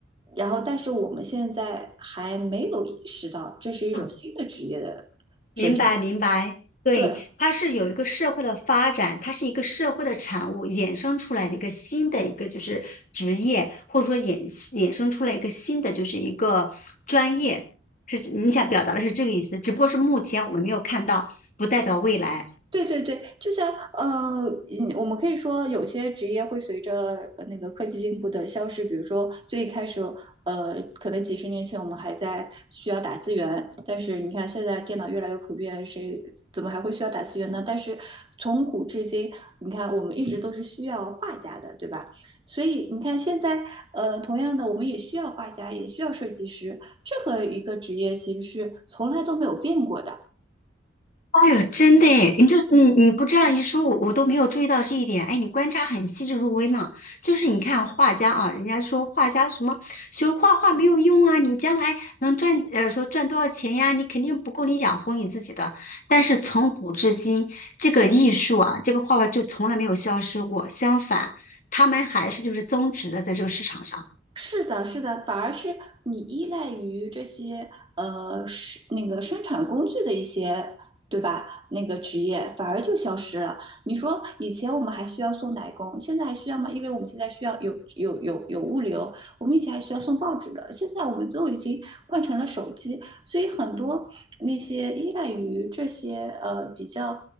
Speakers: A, on the right (about 25°); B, on the left (about 45°).
A: 然后但是我们现在还没有意识到这是一种新的职业的生成，
B: 嗯，明白明白，对，
A: 对，
B: 它是有一个社会的发展，它是一个社会的产物衍生出来的一个新的一个就是职业，或者说衍衍生出来一个新的就是一个专业，是你想表达的是这个意思，只不过是目前我们没有看到，不代表未来。
A: 对对对，就像呃，嗯，我们可以说有些职业会随着呃那个科技进步的消失，比如说最一开始，呃，可能几十年前我们还在需要打字员，但是你看现在电脑越来越普遍，谁怎么还会需要打字员呢？但是从古至今，你看我们一直都是需要画家的，对吧？所以你看现在，呃，同样的，我们也需要画家，也需要设计师，这个一个职业其实是从来都没有变过的。
B: 哎呦，真的诶，你就你你不这样一说，我我都没有注意到这一点。哎，你观察很细致入微嘛。就是你看画家啊，人家说画家什么学画画没有用啊，你将来能赚呃说赚多少钱呀？你肯定不够你养活你自己的。但是从古至今，这个艺术啊，这个画画就从来没有消失过，相反，他们还是就是增值的，在这个市场上
A: 是的，是的，反而是你依赖于这些呃是那个生产工具的一些，对吧？那个职业反而就消失了。你说以前我们还需要送奶工，现在还需要吗？因为我们现在需要有有有有物流，我们以前还需要送报纸的，现在我们都已经换成了手机，所以很多那些依赖于这些呃比较